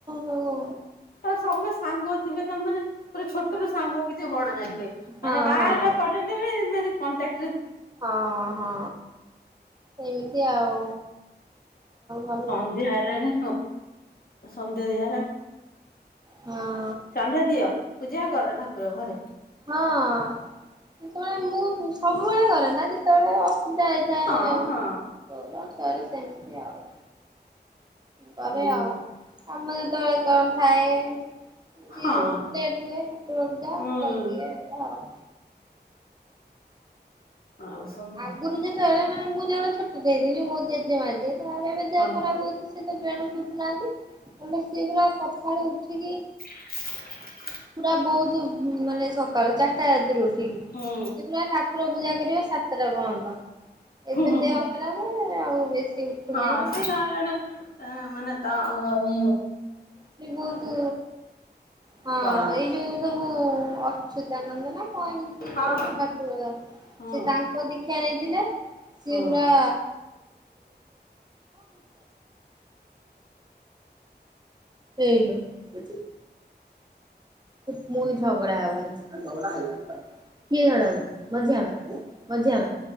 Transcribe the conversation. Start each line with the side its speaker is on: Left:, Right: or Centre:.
Right: ସବୁ।
Left: ସମେ ସାଙ୍ଗ ଥିବେ ତମେମାନେ ପୁରା ଛୋଟରୁ ସାଙ୍ଗ ହେଇଥିବେ ବଡ ଯାଏ।
Right: ହଁ
Left: ମାନେ ବାହାହେଲା
Right: ହଁ
Left: ପରେ ତେମେମାନେ କଣ୍ଟାକ୍ଟ।
Right: ହଁ ହଁ ଏମିତି ଆଉ। ଭଲ
Left: ସନ୍ଧ୍ୟା ହେଲାଣି ସନ୍ଧ୍ୟା ଦିଆ ହେଲା
Right: ହଁ।
Left: ସନ୍ଧ୍ୟା ଦିଅ ପୂଜା କର ଠାକୁର ଘରେ।
Right: ହଁ। ସେତେବେଳେ ମୁଁ ସବୁବେଳେ କରେ ନା ଯେତେବେଳେ ଅସୁବିଧା ହେଇଥାଏ।
Left: ହଁ ହଁ
Right: <unintelligible> ସରି ସେମିତି ଆଉ। କରେ ଆଉ
Left: ହୁଁ
Right: ଆମ ଯେତେବେଳେ କଣ ଥାଏ। <unintelligible>
Left: ହଁ
Right: ଲେଟ୍ ହୁଏ ଠାକୁର ପୂଜା
Left: ହୁଁ
Right: ମୁଁ କରିଦିଏ <unintelligible> ଆଉ।
Left: ଆଉ ସବୁ
Right: ଆଗୁରୁ ଯେତେବେଳେ ମାନେ ମୁଁ ଯେବେଳେ ଛୋଟ ଟା ହେଇଥିଲି। ମୋ ଜେଜେମା ଯିଏ। ତାର ଏବେ ଦେହ
Left: ହଁ
Right: ଖରାପ ହଉଛି ସେ ତ ବେଡରୁ ଉଟୁନାହାନ୍ତି। ନହେଲେ ସେ ପୁରା ସକାଳୁ ଉଠିକି
Left: <inaudible>
Right: ପୁରା ବହୁତ ମାନେ ସକାଳୁ ଚାରିଟା ରାତିରୁ ଠିକ୍ ସେ
Left: ହୁଁ
Right: ପୁରା ଠାକୁର ପୂଜା କରିବେ ସାତଟା ପର୍ଯ୍ୟନ୍ତ।
Left: ହୁଁ
Right: ଏବେ
Left: ହୁଁ
Right: ଦେହ ଖରାପେ ଆଉ ବେଶୀ ଉଠୁନି।
Left: ହଁ। ସେ ଜଣେ ଜଣେ ମାନେ <unintelligible> ତା ଇ।
Right: ଏ ବହୁତ ହଁ
Left: କରନ୍ତି।
Right: ଏଇ ଯୋଉ ସବୁ ଅଚ୍ୟୁତାନନ୍ଦ ନା କଣ ଏମିତି
Left: ହଁ
Right: ଯୋଉଟି ଠାକୁର
Left: ହଁ
Right: ସେ ତାଙ୍କ ଦୀକ୍ଷା ନେଇଥିଲେ। ସିଏ
Left: ହଁ
Right: ପୁରା
Left: ହୁଁ
Right: <unintelligible> ହେଇଲୋ ସେ ପୁଣି ଝଗଡ଼ା ଆବାଜ। ଆ ଜଉଡା ହୋଉ। କିଏ ଝଗଡ଼ା କରୁଚି ମଝିଆ ମା